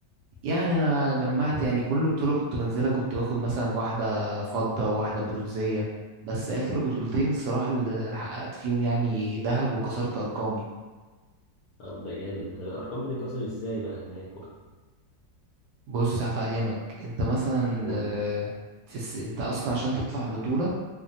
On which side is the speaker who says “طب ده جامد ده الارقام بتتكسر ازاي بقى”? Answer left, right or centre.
Left